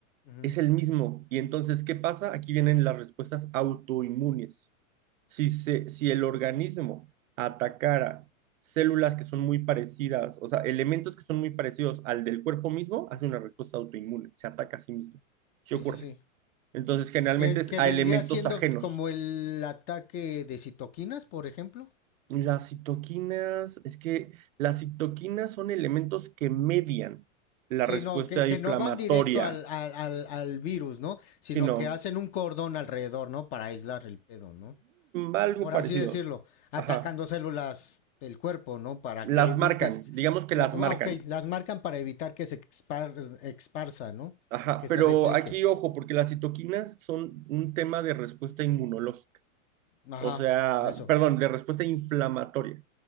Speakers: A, on the left; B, on the right.
A: Ujú.
B: es el mismo. Y entonces, ¿qué pasa? Aquí vienen las respuestas autoinmunes. Si, se, si el organismo atacara células que son muy parecidas, o sea, elementos que son muy parecidos al del cuerpo mismo, hace una respuesta autoinmune, se ataca a sí mismo. Sí
A: Sí,
B: ocurre.
A: sí, sí.
B: Entonces, generalmente
A: Que, es,
B: es
A: que
B: a
A: vendría
B: elementos
A: siendo
B: ajenos.
A: como el ataque de citoquinas, por ejemplo.
B: Las citoquinas, es que las citoquinas son elementos que median la
A: Sí,
B: respuesta
A: no, que, que
B: inflamatoria,
A: no van directo al, al, al, al virus, ¿no? Sino
B: sino
A: que hacen un cordón alrededor, ¿no? Para aislar el pedo, ¿no?
B: algo
A: Por
B: parecido.
A: así decirlo, atacando
B: Ajá,
A: células del cuerpo, ¿no? Para
B: las
A: que evites...
B: marcan, digamos que
A: La,
B: las
A: ah,
B: marcan.
A: ok, las marcan para evitar que se expar, exparsa, ¿no?
B: Ajá,
A: Para que
B: pero
A: se replique.
B: aquí ojo, porque las citoquinas son un tema de respuesta inmunológica,
A: Ajá,
B: o sea,
A: por eso.
B: perdón, de respuesta inflamatoria,